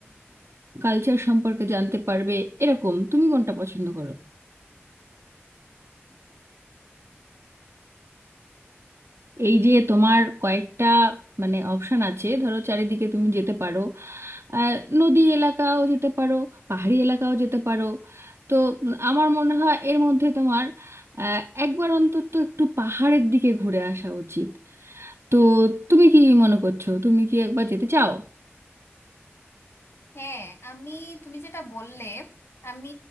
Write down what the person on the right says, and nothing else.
কালচার সম্পর্কে জানতে পারবে এরকম তুমি কোনটা পছন্দ করো এই যে তোমার কয়েকটা মানে অপশন আছে ধরো চারিদিকে তুমি যেতে পারো আহ, নদী এলাকাও যেতে পারো পাহাড়ি এলাকাও যেতে পারো তো আমার মনে হয় এর মধ্যে তোমার আহ, একবার অন্তত একটু পাহাড়ের দিকে ঘুরে আসা উচিত তো তুমি কি মনে করছো তুমি কি একবার যেতে চাও